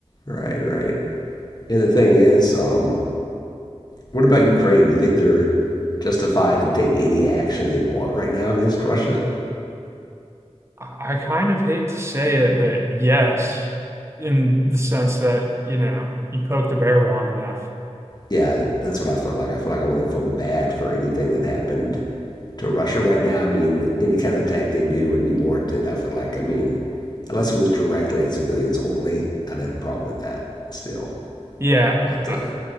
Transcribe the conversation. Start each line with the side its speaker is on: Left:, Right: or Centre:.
Left: Right, right. And the thing is, um, What about Ukraine? Do you think they're justified to take any action they want right now against Russia?
Right: I, I kind of hate to say it, but yes, in the sense that, you know, you poke the bear long enough.
Left: Yeah, that's what I feel like. I feel like I want to feel bad for anything that happened to Russia right now. I mean, any kind of attack they do would be warranted. I feel like, I mean, unless it was directly at civilians only, I'd have a problem with that still.
Right: Yeah,
Left: But,
Right: I-
Left: uh,